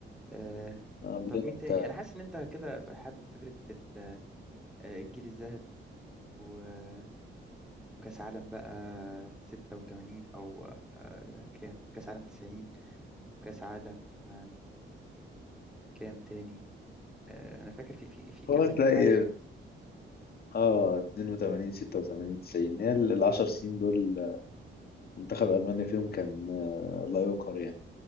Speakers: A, in the centre; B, on the left.
A: آه،
B: آه، قبل
A: طب مين
B: انت
A: تاني أنا حاسس إن أنت كده حابب فكرة ال- آه، الجيل الذهبي و- وكأس عالم بقى 86 أو آه، كام كأس عالم 90 وكأس عالم كام تاني آه، انا فاكر في في في كذا
B: هو هتلاقي
A: كاس عالم
B: اه 82 86 90 هي ال 10 سنين دول منتخب ألمانيا فيهم كان آه، لا يقهر يعني